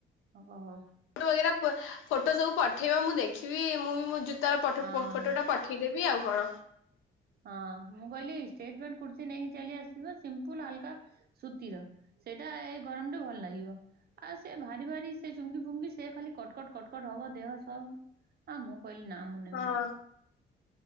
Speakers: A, on the right; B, on the left.
A: ହଉ।
B: ଫଟୋ ବଗେରା ପ ଫଟୋ ସବୁ ପଠେଇବ ମୁଁ ଦେଖିବି ମୁଁ ବି ମୋ ଜୋତାର ପଟ
A: ହଁ
B: ଫଟଟା
A: ହଁ
B: ପଠେ ଠେ ଦେବି ଆଉ କଣ।
A: ହଁ ମୁଁ କହିଲି ଷ୍ଟେଟ ପେଣ୍ଟ କୁର୍ତ୍ତୀ ନେଇକି ଚାଲି ଆସିବ ସିମ୍ପଲ୍ ହାଲ୍କା। ସୁତିର ସେଇଟା ଏ ଗରମରେ ଭଲ ଲାଗିବ। ଆଉ ସେ ଭାରି ଭାରି ସେ ଚୁମକି ଫୁମକି ସେ ଖାଲି କଟକଟ କଟକଟ ହବ ଦେହ ସବ। ଆ ମୁଁ କଇଲି ନା ମୁଁ ନେମି
B: ହଁ
A: ନେଇ।